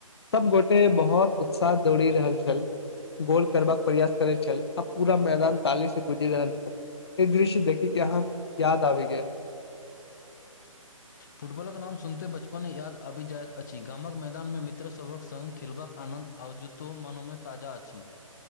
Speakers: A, on the left (about 50°); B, on the left (about 30°).
A: सब गोटे बहुत उत्साह दौरी रहल छल गोल करबाक प्रयास करे छल आ पूरा मैदान ताली से गुजरि रहल छल ए दृश्य देखी के अहाँ याद आबि गेल
B: फुटबॉलक नाम सुनते बचपन याद आबि जाइत अछि गामक मैदानमे मित्रसभक संग खेलबाक आनन्द आओजुतो मनोमे ताजा अछि